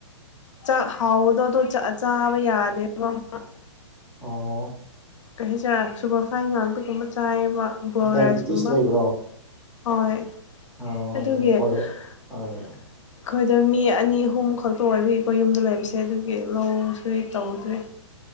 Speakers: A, on the left (about 80°); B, in the centre.
A: ꯆꯥꯛ ꯍꯥꯎꯗꯗꯣ ꯑꯗꯨ ꯆꯥ ꯆꯥꯕ ꯌꯥꯗꯦꯕ ꯃꯥ
B: ꯑꯣ
A: ꯀꯩ ꯍꯥꯏꯁꯤꯔꯥ ꯁꯨꯕꯔ ꯐꯥꯏꯟ ꯉꯥꯛꯇ ꯒꯨꯝꯕ ꯆꯥꯏꯌꯦꯕ ꯕꯣꯔ
B: ꯗꯥꯏꯕꯤꯇꯤꯁ
A: ꯔꯥꯏꯁꯀꯨꯝꯕ
B: ꯂꯩꯕ꯭ꯔꯣ
A: ꯍꯣꯏ
B: ꯑ
A: ꯑꯗꯨꯒꯤ
B: ꯑꯗꯨꯅꯦ ꯐꯣꯔꯦ
A: ꯑꯩꯈꯣꯏꯗ
B: ꯍꯣꯏ
A: ꯃꯤ ꯑꯅꯤ ꯑꯍꯨꯝ ꯈꯛꯇ ꯑꯣꯏꯕꯒꯤ ꯑꯩꯀꯣꯏ ꯌꯨꯝꯗ ꯂꯩꯕꯁꯦ ꯑꯗꯨꯒꯤ ꯂꯧꯁꯦ ꯇꯧꯗ꯭ꯔꯦ